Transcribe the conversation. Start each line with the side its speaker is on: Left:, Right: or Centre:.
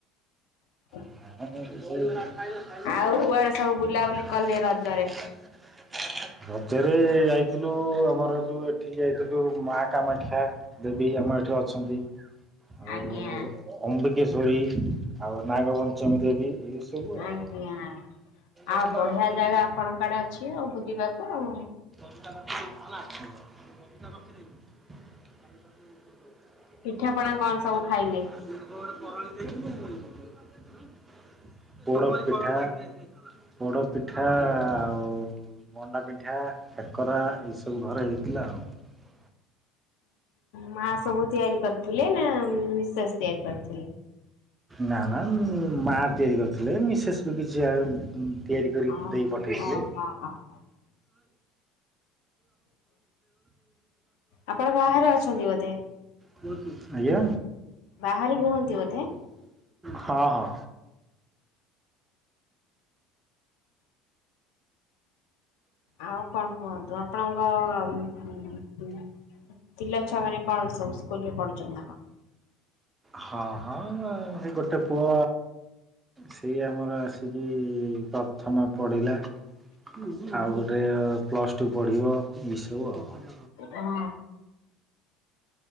Left: <inaudible>
Right: <unintelligible>
Left: ଆଉ କୁଆଡେ ସବୁ ବୁଲାବୁଲି କଲେ ରଜରେ?
Right: ମଝରେ ଯାଇଥିଲୁ, ଆମର ଯୋଉ ଏଠିକି ଯାଇଥିଲୁ, ମା କାମାକ୍ଷା। ଦେବୀ ଆମର ଏଠି ଅଛନ୍ତି, ଆଉ
Left: ଆଜ୍ଞା
Right: ଅମ୍ବିକ୍ କେଶରୀ, ଆଉ ନାଗପଞ୍ଚମୀ ଦେବୀ। ସବୁ ଆଉ।
Left: ଆଜ୍ଞା।
Right: ରଖିଦେବି
Left: ଆଉ ବଢିଆ ଜାଗା ଆପଣଙ୍କ ଆଡେ ଅଛି ଆଉ, ବୁଲିବାକୁ ଆଉ।
Right: <unintelligible> <inaudible> <unintelligible>
Left: ପିଠାପଣା କଣ ସବୁ ଖାଇଲେ?
Right: <unintelligible> ପୋଡ ପିଠା। ପୋଡ଼ପିଠା ଆଉ ମଣ୍ଡାପିଠା, କାକରା ଏଇସବୁ ଘରେ ହେଇଥିଲା, ଆଉ।
Left: ମା ସବୁ ତିଆରି କରିଥିଲେ, ନା ମିସେସ ତିଆରି କରିଥିଲେ।
Right: ନା-ନା ମା ତିଆରି କରିଥିଲେ, ମିସେସ୍ ବି କିଛି। ତିଆରି କରି
Left: ହଁ
Right: ଦେଇ ପଠେଇଥିଲେ।
Left: ଓହୋ ଆଜ୍ଞା। ଆପଣ ବାହାରେ ଅଛନ୍ତି ବୋଧେ
Right: <unintelligible> ଆଜ୍ଞା।
Left: ବାହାରେ ରୁହନ୍ତି ବୋଧେ?
Right: ହଁ ହଁ।
Left: ଆଉ କଣ କୁହନ୍ତୁ। ଆପଣଙ୍କ ପିଲା ଛୁଆମାନେ, କଣ ସବୁ ସ୍କୁଲ ରେ ପଢୁଛନ୍ତି ନା?
Right: ହଁ-ହଁ ସେ ଗୋଟେ ପୁଅ। ସେଇ ଆମର ଆସିକି ପ୍ରଥମ ପଢ଼ିଲା । ଆଉ ଗୋଟେ ପ୍ଲସ ଟୁ ପଢିବ ଏଇ ସବୁ ଆଉ
Left: ହଁ।